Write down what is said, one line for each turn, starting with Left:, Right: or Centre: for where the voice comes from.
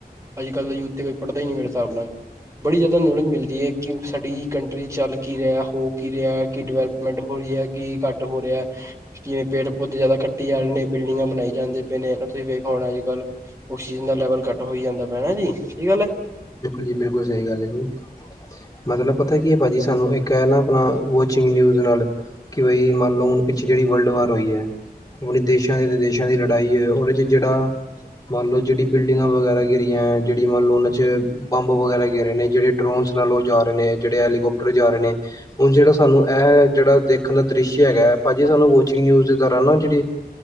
Right: ਅੱਜ ਕੱਲ ਦਾ ਯੂਥ ਦੇ ਪੇਪਰ ਪੜ੍ਹਦੇ ਹੀ ਨਹੀਂ ਮੇਰੇ ਹਿਸਾਬ ਬੜੀ ਜਿਆਦਾ ਨੇੜੇ ਮਿਲਦੀ ਹੈ ਕਿ ਸਾਡੀ ਕੰਟਰੀ ਚੱਲ ਕੀ ਰਿਹਾ ਹੋ ਕੀ ਰਿਹਾ ਕਿ ਡਿਵੈਲਪ ਮਿੰਟ ਹੋ ਰਹੀ ਹੈ ਕਿ ਘੱਟ ਹੋ ਰਿਹਾ ਪੇਟ ਬਹੁਤ ਜਿਆਦਾ ਕੱਟੀ ਆ ਜਾਣੇ ਨੇ ਬਿਲਡਿੰਗਾਂ ਬਣਾਈ ਜਾਂਦੇ ਪਏ ਨੇ ਤੁਸੀਂ ਵੇਖ ਹੁਣ ਅੱਜ ਕੱਲ ਖੁਸ਼ੀ ਦਾ ਲੈਵਲ ਘੱਟ ਹੋਈ ਜਾਂਦਾ ਪੈਣਾ ਜੀ ਠੀਕ ਗੱਲ
Left: ਜੀ ਬਿਲਕੁਲ ਸਹੀ ਗੱਲ ਹੈ ਜੀ ਮਤਲਬ ਪਤਾ ਕੀ ਭਾਜੀ ਸਾਨੂੰ ਇੱਕ ਹ ਨਾ ਆਪਣਾ ਜੀ ਨਿਊਜ਼ ਨਾਲ ਕਿ ਬਈ ਮੰਨ ਲੋ ਹੁਣ ਪਿੱਛੇ ਜਿਹੜੀ ਵਰਲਡ ਵਾਰ ਹੋਈ ਹ ਆਪਣੇ ਦੇਸ਼ਾਂ ਦੀ ਲੜਾਈ ਉਹਦੇ ਚ ਜਿਹੜਾ ਮੰਨ ਲਓ ਜਿਹੜੀ ਬਿਲਡਿੰਗਾਂ ਵਗੈਰਾ ਗਿਰੀਆਂ ਜਿਹੜੀ ਮੰਨ ਲੋ ਉਹਨਾਂ ਚ ਬੰਬ ਵਗੈਰਾ ਗੇਰੇ ਨੇ ਜਿਹੜੇ ਟਰੋਨਸ ਲੈ ਲਓ ਜਾ ਰਹੇ ਨੇ ਜਿਹੜੇ ਐਲੀਕੋਪਟਰ ਜਾ ਰਹੇ ਨੇ ਹੁਣ ਜਿਹੜਾ ਸਾਨੂੰ ਇਹ ਜਿਹੜਾ ਦੇਖਣ ਦਾ ਦ੍ਰਿਸ਼ ਹੈਗਾ ਭਾਜੀ ਸਾਨੂੰ ਵਾਚਿੰਗ ਯੂਜ਼ ਕਰਨ ਨਾ ਜਿਹੜੀ